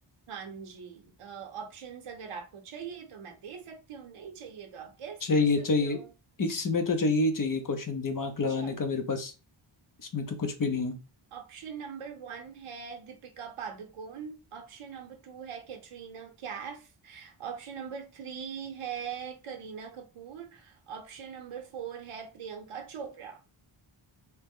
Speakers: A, on the right; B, on the left.
A: हाँ जी ऑप्शंस अगर आपको चाहिए तो मैं दे सकती हूँ नहीं चाहिए तो आप गेस
B: चाहिए
A: कर सकते
B: चाहिए
A: हो
B: इसमें तो चाहिए ही चाहिए क्वेश्चन दिमाग लगाने
A: चलो
B: का मेरे पास इसमें तो कुछ भी नहीं है
A: ऑप्शन नंबर वन है Deepika Padukone Option number two है Katrina Kaif Option number three है Kareena Kapoor Option number four है प्रियंका चोपड़ा